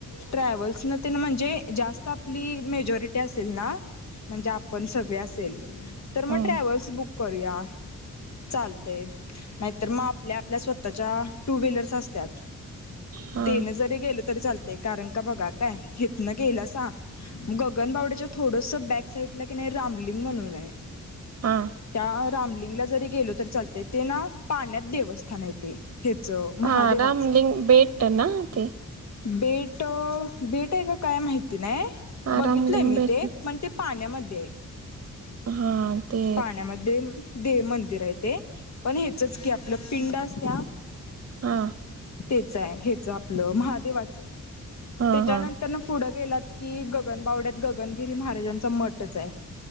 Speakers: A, on the left; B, on the right.
A: ट्रॅव्हल्स न म्हणजे जास्त आपली मेजॉरिटी असेल ना... म्हणजे आपण सगळे असेल तर मग
B: हम्म
A: ट्रॅव्हल्स बुक करूया... चालतय नाहीतर मग आपल्या आपल्या स्वतःच्या टू व्हीलर्स असत्याात....
B: हा
A: तेन जरी गेल..... तरी चालतंय इतना गेलासा गगनबावड्याच्या थोडसं बॅक साईटला की नाही. रामलिंग म्हणून आहे,
B: हा
A: त्या रामलिंग... ज गेलो तर चालतय ते ना पाण्यात देवस्थान... ह्याचं महादेवाचं
B: हा राम लिंग बेट ना ते...
A: बेट बेट आहे का काय माहिती नाही...
B: हा
A: बघितलंय
B: रामलिंग
A: मी
B: बेट
A: ते पण ते पाण्यामध्ये....
B: हा ते
A: पाण्यामध्ये.... देव मंदिर आहे ते पण हेचच की आपलं पिंड असत
B: हा
A: त्याच आहे हच आपलं महादेवाच
B: हा
A: त्याच्यानंतर
B: हा
A: पुढ... गेलात की गगनबावड्यात गगनगिरी महाराजांचा मठच आहे...